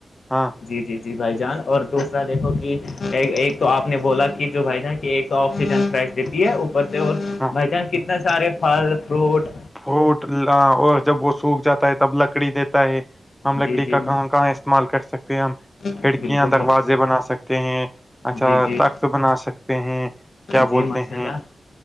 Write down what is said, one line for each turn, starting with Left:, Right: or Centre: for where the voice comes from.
Centre: ہاں
Left: جی جی جی بھائی جان اور دوسرا دیکھو کہ ایک تو آپ نے بولا کہ جو بھائی جان کہ ایک تو آکسیجن فریش دیتی ہے اوپر سے اور
Centre: ہاں
Left: بھائی جان کتنے سارے پھل فروٹ
Centre: پوٹ اور جب وہ سوکھ جاتا ہے تب لکڑی دیتا ہے ہم لکڑی
Left: جی جی
Centre: کا کہاں کہاں استعمال کر سکتے ہیں ہم کھڑکیاں
Left: بالکل بالکل
Centre: دروازے بنا سکتے ہیں اچھا
Left: جی جی
Centre: تخت بنا سکتے ہیں کیا
Left: جی
Centre: بولتے
Left: ماشاء
Centre: ہیں
Left: اللہ